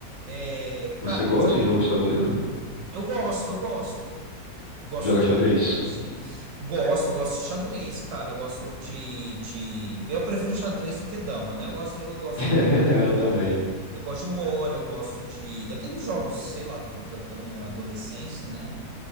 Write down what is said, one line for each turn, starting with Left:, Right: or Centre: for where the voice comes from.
Right: É,
Left: Você
Right: cara,
Left: gosta de jogos de tabuleiro?
Right: eu gosto, eu gosto. Eu gosto
Left: Joga
Right: de
Left: xadrez?
Right: cor, assim. Gosto, gosto de xadrez, cara. Eu gosto de, de... Eu prefiro xadrez do que dama, né? Eu gosto, eu gosto
Left: <laughs>
Right: de
Left: Eu
Right: War,
Left: também.
Right: eu gosto de War, eu gosto de... Daqueles jogos, sei lá, da, da- da minha adolescência, né?